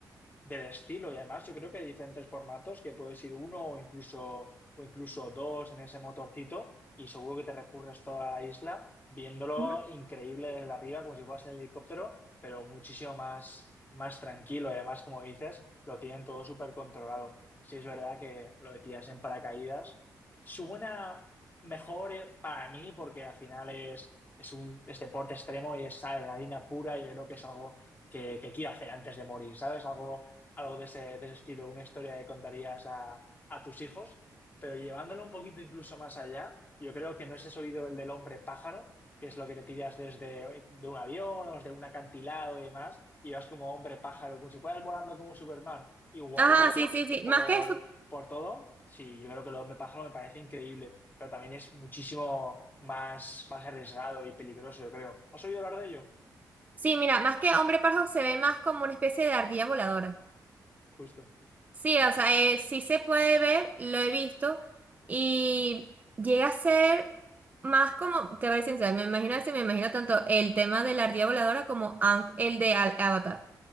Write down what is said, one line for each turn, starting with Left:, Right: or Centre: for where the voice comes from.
Left: del estilo. Y además yo creo que hay diferentes formatos que puedes ir uno o incluso, o incluso dos en ese motorcito y seguro que te recurres toda la isla viéndolo
Right: Ujú.
Left: increíble desde arriba como si fueras en el helicóptero, pero muchísimo más, más tranquilo. Y además, como dices, lo tienen todo súper controlado. Sí es verdad que lo de tiras en paracaídas suena mejor eh, para mí porque al final es, es un es deporte extremo y es adrenalina pura y yo creo que es algo que, que quiero hacer antes de morir, ¿sabes? Algo algo de ese, de ese estilo, una historia que contarías a, a tus hijos, pero llevándolo un poquito incluso más allá, yo creo que no es ese oído el del hombre pájaro, que es lo que te tiras desde de un avión o desde un acantilado y demás, y vas como hombre pájaro, como si fueras volando como Superman, igualito
Right: Ajá, sí, sí, sí.
Left: por,
Right: Más que eso,
Left: por todo. Sí, yo creo que el hombre pájaro me parece increíble, pero también es muchísimo más, más arriesgado y peligroso, yo creo. ¿Has oído hablar de ello?
Right: sí, mira, más que hombre parjo se ve más como una especie de ardilla voladora.
Left: Justo.
Right: Sí, o sea, eh, sí se puede ver, lo he visto, y llega a ser más como, te voy a ser sincera, me imagino ese, me imagino tanto el tema de la ardilla voladora como Aang, el de Al- Avatar.